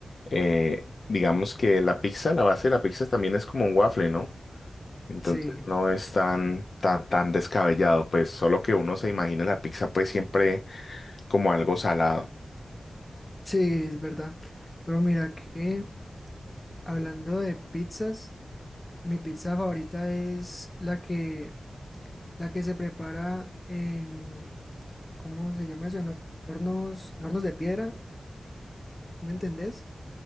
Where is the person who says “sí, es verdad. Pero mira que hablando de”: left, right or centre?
Left